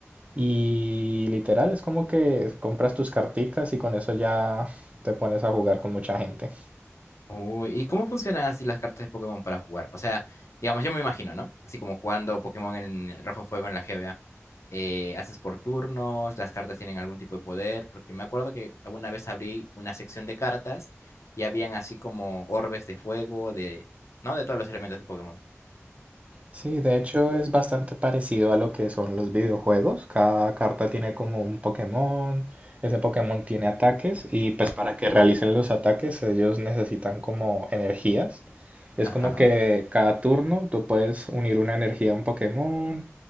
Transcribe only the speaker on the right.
Y literal es como que compras tus carticas y con eso ya te pones a jugar con mucha gente.
Sí, de hecho es bastante parecido a lo que son los videojuegos. Cada carta tiene como un Pokémon, ese Pokémon tiene ataques y pues para que realicen los ataques ellos necesitan como energías. Es
como que cada turno tú puedes unir una energía a un Pokémon